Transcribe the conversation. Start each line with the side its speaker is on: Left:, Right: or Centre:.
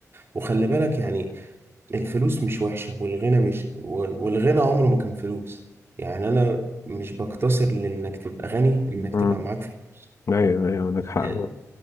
Right: وخلي بالك يعني الفلوس مش وحشة والغنى مش و- والغنى عمره ما كان فلوس يعني انا مش بقتصر لانك تبقى غني انك
Left: م.
Right: تبقى معاك فلوس
Left: ايوه ايوه عندك حق
Right: يعني